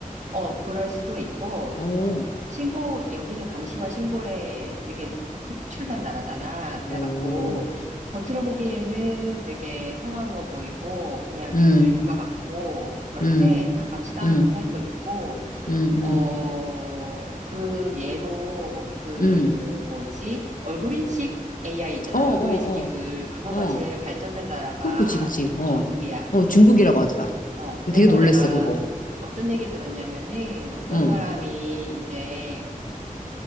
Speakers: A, on the right; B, on the left.
A: 어, 그럴 수도 있고,
B: 어,
A: 신고, 여기는 감시와 신고에 되게 특출난 나라잖아. 그래갖고,
B: 어,
A: 겉으로 보기에는 되게 평화로워 보이고, 그냥
B: 음,
A: 민주주의 국가 같고, 그런데
B: 음,
A: 다 감시당하면서
B: 음,
A: 살고 있고,
B: 음,
A: 어,
B: 음,
A: 그 예로, 그,
B: 음.
A: 뭐지, 얼굴 인식 AI 있잖아.
B: 어, 어,
A: 얼굴 인식 기술. 그거가
B: 어, 어.
A: 제일 발전된 나라가
B: 그, 그치, 그치. 어,
A: 중국이야.
B: 어, 중국이라고 하더라.
A: 어, 그래서
B: 되게 놀랬어,
A: 내가
B: 그거.
A: 어떤 얘기 들었냐면은, 어떤
B: 응,
A: 사람이 이제,